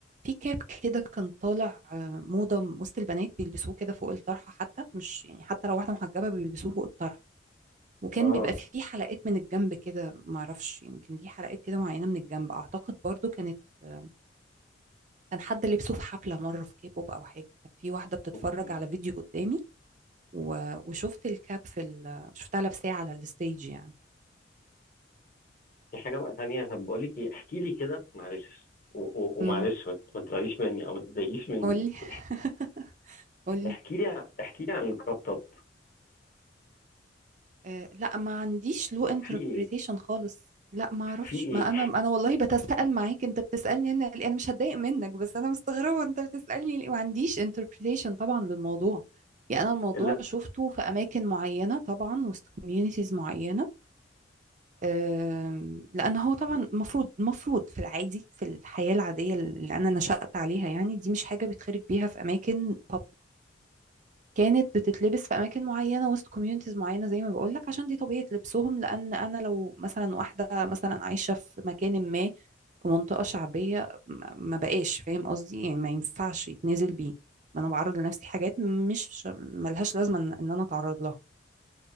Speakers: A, on the right (about 40°); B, on the left (about 50°).
A: في كاب كده كان طالع آه، موضه وسط البنات بيلبسوه كده فوق الطرحه حتى مش يعني حتى لو واحده محجبه بيلبسوه فوق الطرحه وكان
B: اه
A: بيبقى فيه حلقات من الجنب كده معرفش يمكن ليه حلقات كده معينه من الجنب اعتقد برضو كانت آه، كان حد لبسه في حفلة مرة في كيبوب أو حاجة كان في واحدة بتتفرج
B: اوكي
A: على فيديو قدامي و... وشفت الكاب في ال... شفتها لابساه على الستيج يعني
B: في حاجة بقى تانية طب بقول لك ايه احكي لي كده معلش و- و- ومعلش
A: امم
B: ما ما تزعليش مني او ما تتضايقيش مني
A: قولي
B: بس
A: <laughs> قولي
B: احكي لي ع- احكي لي عن الكراب توب
A: أه لا ما عنديش له انتربريتيشن
B: في ايه
A: خالص لا ما اعرفش
B: في ايه
A: ما انا انا والله بتساءل معاك انت بتسالني انا ليه؟ انا مش هتضايق منك بس انا مستغربه انت بتسالني ليه؟ ما عنديش انتربريتيشن طبعا للموضوع يعني انا الموضوع
B: لا
A: شفته في اماكن معينه طبعا وسط كوميونيتيز معينه آم، لان هو طبعا المفروض المفروض في العادي في الحياه العاديه اللي انا نشأت عليها يعني دي مش حاجه بيتخرج بيها في اماكن public كانت بتتلبس في اماكن معينه وسط كوميونيتيز معينه زي ما بقول لك عشان دي طبيعه لبسهم لان انا لو مثلا واحده مثلا عايشه في مكان ما في منطقه شعبيه ما ما بقاش فاهم قصدي يعني ما ينفعش يتنازل بيه ما انا بعرض لنفسي حاجات مش ملهاش لازمه ان إن انا اتعرض لها